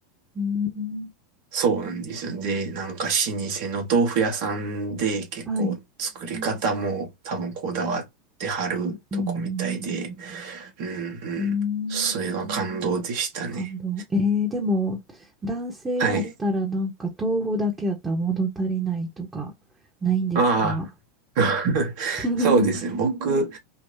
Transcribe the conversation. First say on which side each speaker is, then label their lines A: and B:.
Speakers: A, on the right; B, on the right.
A: うん、
B: そうなんですよ。で、なんか老舗の豆腐屋さんで結構作り方も多分こだわってはるとこみたいで、
A: はい。うん、
B: うんうん。
A: うん
B: それは感動でしたね。
A: 感動。えー、でも、男性やったらなんか豆腐だけやったら物足りないとか、
B: はい。
A: ないんですか
B: ああ、<laughs>
A: <laughs>
B: そうですね。僕、